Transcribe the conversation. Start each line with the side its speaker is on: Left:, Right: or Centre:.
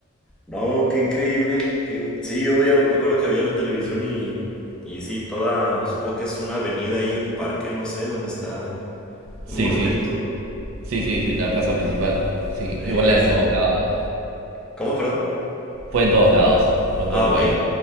Centre: No, qué increíble. qué Sí, yo veía, me acuerdo que veía la televisión y, y sí, toda, supongo que es una avenida ahí, un parque, no sé, donde está
Right: Sí,
Centre: un monumento.
Right: sí, sí. Sí, sí, sí, la plaza principal. Sí,
Centre: Eh,
Right: igual era
Centre: sí.
Right: en todos lados.
Centre: ¿Cómo, perdón?
Right: Fue en todos lados. Fue en
Centre: Ah,
Right: todo el
Centre: ok.
Right: país.